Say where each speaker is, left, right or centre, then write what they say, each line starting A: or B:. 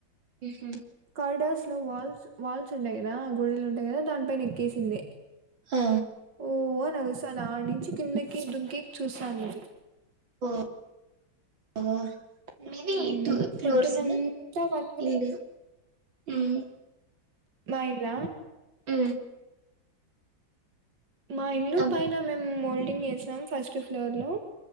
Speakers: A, on the right (about 85°); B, on the right (about 65°).
A: ఆహ
B: కారిడార్స్ లో వాల్స్ వాల్స్ ఉంటాయి కదా గోడెలు ఉంటాయి కదా దానిపైన ఎక్కేసింది
A: ఆ
B: ఓ అని ఆరు స్థాంధీ ఆడ నుంచి కిందకి దుకి చూస్తుంది
A: ఓ
B: ఉ
A: మీది టూ ఫ్లోర్స్
B: పొద్దున్నంతా
A: ఉందా
B: పనుకునేది
A: ఇల్లు ఉమ్
B: మా ఇళ్ల
A: అ
B: మా ఇల్లు
A: ఆ
B: పైన మేము మోల్డింగ్ వేసినాం ఫస్ట్ ఫ్లోర్ లో